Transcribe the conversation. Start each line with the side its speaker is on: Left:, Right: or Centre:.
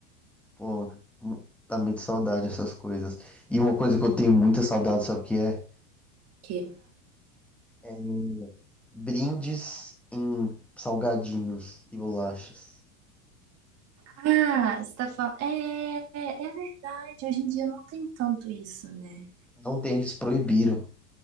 Centre: Pô, hum, dá muita saudade essas coisas. E uma coisa que eu tenho muita saudade, sabe o que é?
Right: Que...
Centre: É brindes em salgadinhos e bolachas.
Right: Ah, você tá falando. É, é, é verdade. Hoje em dia não tem tanto isso, né?
Centre: Não tem, eles proibiram.